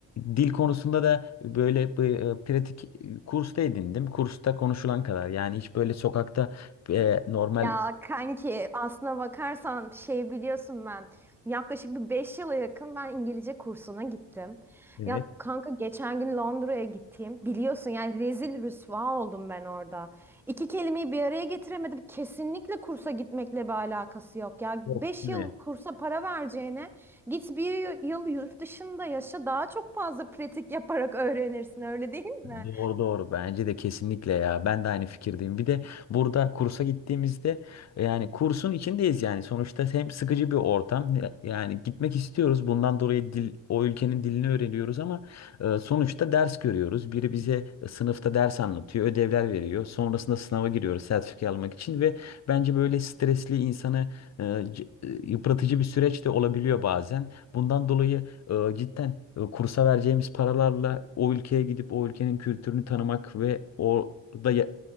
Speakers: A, on the left (about 40°); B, in the centre.
A: dil konusunda da böyle bir, e, pratik kursta edindim. Kursta konuşulan kadar. Yani hiç böyle sokakta e, normal
B: Ya kanki aslına bakarsan şey biliyorsun ben yaklaşık bir beş yıla yakın ben İngilizce kursuna gittim.
A: Evet.
B: Ya kanka geçen gün Londra'ya gittiğim biliyorsun yani rezil rüsva oldum ben orada. İki kelimeyi bir araya getiremedim. Kesinlikle kursa gitmekle bir alakası yok.
A: <laughs>
B: Ya 5
A: Yok değil
B: yıl
A: mi?
B: kursa para vereceğine git bir yıl yurt dışında yaşa daha çok fazla pratik yaparak öğrenirsin öyle değil mi?
A: Doğru doğru bence de kesinlikle ya ben de aynı fikirdeyim bir de burada kursa gittiğimizde e, yani kursun içindeyiz yani sonuçta hem sıkıcı bir ortam e, yani gitmek istiyoruz bundan dolayı dil, o ülkenin dilini öğreniyoruz ama e, sonuçta ders görüyoruz biri bize e, sınıfta ders anlatıyor ödevler veriyor sonrasında sınava giriyoruz sertifika almak için ve bence böyle stresli insanı e, c- e, yıpratıcı bir süreç de olabiliyor bazen bundan dolayı e, cidden e, kursa vereceğimiz paralarla o ülkeye gidip o ülkenin kültürünü tanımak ve orada ya-